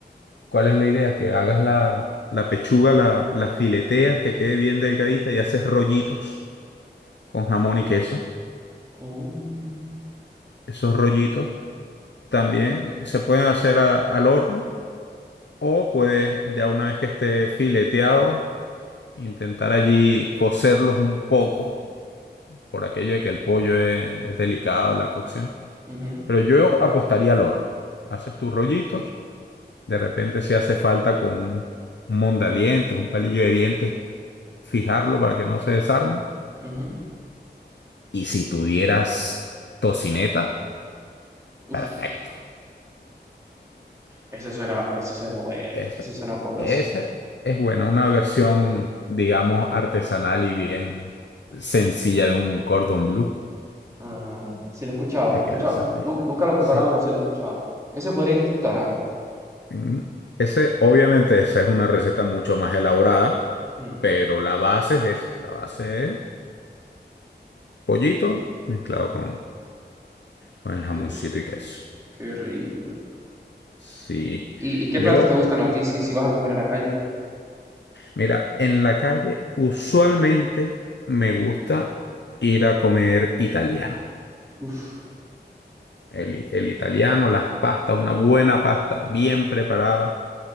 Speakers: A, on the left; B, on the right.
A: ¿Cuál es la idea? Que hagas la, la pechuga, la, la fileteas, que quede bien delgadita y haces rollitos con jamón y queso.
B: Mm,
A: Esos rollitos también se pueden hacer a- al horno O puedes, ya una vez que esté fileteado, intentar allí cocerlos un poco, por aquello de que el pollo es, es delicado la cocción.
B: ujú,
A: Pero yo apostaría al horno. Haces tus rollitos, de repente si hace falta con un un mondadientes, un palillo de dientes, fijarlo para que no se desarmen.
B: ujú.
A: Y si tuvieras tocineta,
B: Uf,
A: perfecto.
B: ese suena, ese suena bueno.
A: Esa,
B: Ese suena poderoso.
A: esa es buena, una versión, digamos, artesanal y bien sencilla de un cordón blue.
B: Ah, sí lo he escuchado,
A: Te
B: he escuchado.
A: queda esa rellena.
B: Nu- nunca lo he preparado,
A: Sí.
B: pero sí lo he escuchado. Eso podría intentar, ¿ah?
A: Mm. Ese, obviamente, esa es una receta mucho más elaborada,
B: Mm,
A: pero la base es esa. La base es pollito mezclado con, con el jamoncito
B: qué,
A: y queso.
B: qué rico, qué rico.
A: Sí.
B: ¿Y, y qué
A: Yo,
B: platos te gustan a ti si, si vas a comer en la calle?
A: mira, en la calle usualmente me gusta ir a comer italiano.
B: Uf,
A: El, el italiano, las pastas, una buena pasta bien preparada,